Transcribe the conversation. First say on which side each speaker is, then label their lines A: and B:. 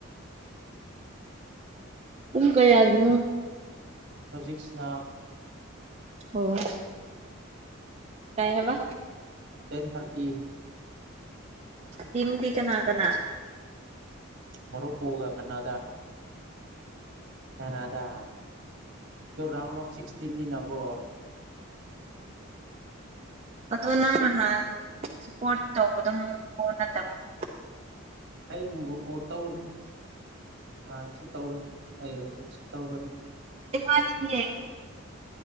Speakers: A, on the right; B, on the right.
A: ꯀꯨꯝ ꯀꯌꯥꯒꯤꯅꯣ
B: ꯍꯧꯖꯤꯛꯁꯤꯅ
A: ꯑꯣ ꯇꯥꯏ ꯍꯕ
B: ꯇꯦꯟ ꯊꯥꯔꯇꯤ
A: ꯎ ꯇꯤꯟꯗꯤ ꯀꯅꯥ ꯀꯅꯥ
B: ꯃꯔꯨ ꯀꯣꯒ ꯀꯅꯥꯗꯥ ꯀꯅꯥꯗꯥ ꯇꯔꯥꯎꯟ ꯑꯣꯐ ꯁꯤꯁꯇꯤꯟ ꯅꯤ ꯅꯀꯣ
A: ꯎ <unintelligible> ꯑꯗꯣ
B: ꯑꯁ
A: ꯅꯪ ꯅꯍꯥꯟ ꯁꯄꯣꯔꯠ ꯇꯧꯕꯗꯣ ꯃ ꯐꯣ ꯅꯠꯇꯕꯅ
B: ꯑꯩ ꯑꯃꯨꯛ ꯔꯀꯣꯠ ꯇꯧꯔꯅꯤ ꯍꯥꯟꯅꯁꯨ ꯇꯧꯋꯦ ꯑꯩ ꯍꯧꯖꯤꯛꯁꯨ ꯇꯧꯔꯅꯤ
A: ꯏꯐꯥ ꯅꯤꯡꯌꯦ